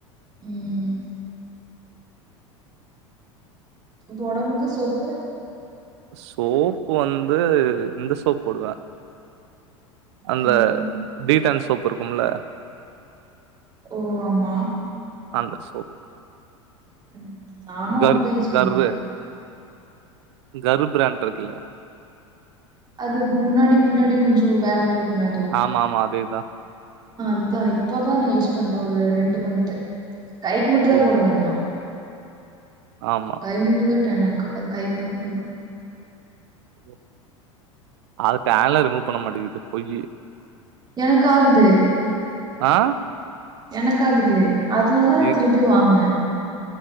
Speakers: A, on the right; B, on the right.
A: ம். ப்ப ஒடம்புக்கு சோப்பு
B: சோப் வந்து இந்த சோப் போடுவே அந்த
A: ம்.
B: டீடன்ஸ் சோப்பு இருக்குல்ல
A: ஓ ஆமா
B: அந்த சோப்
A: ம். நானும்
B: கர்
A: அதுதான் யூஸ்
B: கர்ரு
A: பண்றேன்.
B: கர் பிராண்ட் இருக்குல்ல
A: அது முன்னாடி பின்னாடி கொஞ்சோ வேற மாரி இருக்குமே
B: ஆமா ஆமா அதேதா
A: அத்தா இப்போதா நா யூஸ் பண்றே ஒரு ரெண்டு மந்த் கைக்கு மட்டுதா போடுவ
B: மந்த்
A: அதுனா
B: ஆமா.
A: கை முட்டங்க டேனாக்கு அது கைக்கு மூட்ட போடுவே
B: ம் அது டேன்ல்லா ரிமூவ் பண்ணமாட்டேங்குது பொய்யி
A: எனக்கு ஆகுது
B: ஆ
A: எனக்கு ஆகுது அதனாலதா
B: நீ
A: திருப்பி வாங்குனே